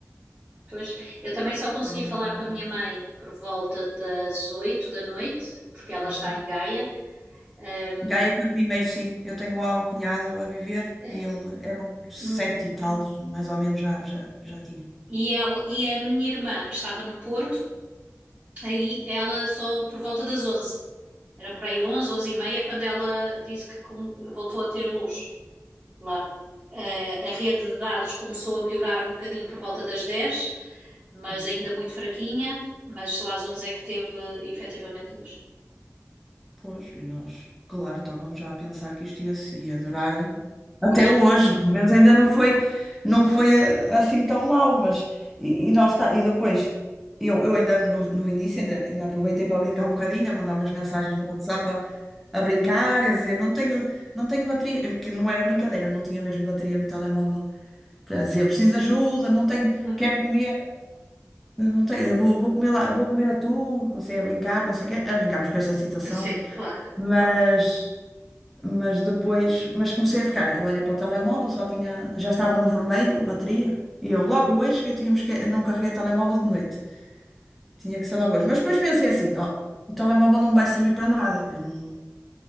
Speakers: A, on the right (about 30°); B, in the centre.
A: Pois, eu também só consegui
B: Por um-
A: falar com a minha mãe por volta das 8 da noite, porque ela
B: Uhum.
A: está em Gaia. Ahm,
B: Gaia foi primeiro, sim. Eu tenho lá um cunhado a viver
A: eh,
B: e ele era um sete
A: hum,
B: e tal, mais ou menos já, já, já tinha.
A: E, ela, e a minha irmã, que estava no Porto, aí ela só por volta das onze Eram por aí onze onze e meia, quando ela disse que com- voltou a ter luz lá. Eh, a rede de dados começou a melhorar um bocadinho por volta das dez mas
B: Sim.
A: ainda muito fraquinha. Mas só às 11 é que teve eh, efetivamente luz.
B: Pois, e nós, claro, estávamos já a pensar que isto ia, se- ia durar até
A: Pois,
B: hoje, pelo menos ainda não foi, não foi a- assim tão mal mas e, e nós está, e depois eu, eu ainda no, no início ainda, ainda aproveitei para brincar um bocadinho, a mandar umas mensagens no WhatsApp a, a brincar, a dizer não tenho, não tenho bateria, porque não era brincadeira, não tinha mesmo bateria no telemóvel. Para dizer, preciso de ajuda, não tenho,
A: hum,
B: quero comer, não tenho, eh, vou, vou comer lá, vou comer atum, comecei a brincar, não sei o quê, a brincarmos com esta situação.
A: sim, claro.
B: Mas mas depois, mas comecei a ficar. Eu olhei para o telemóvel, só tinha, já estava no vermelho a bateria. E eu logo hoje, eu tinha, me esque- não carreguei o telemóvel de noite. Tinha que ser logo hoje. Mas depois pensei assim, ó, o telemóvel não me vai servir para nada. Eu não,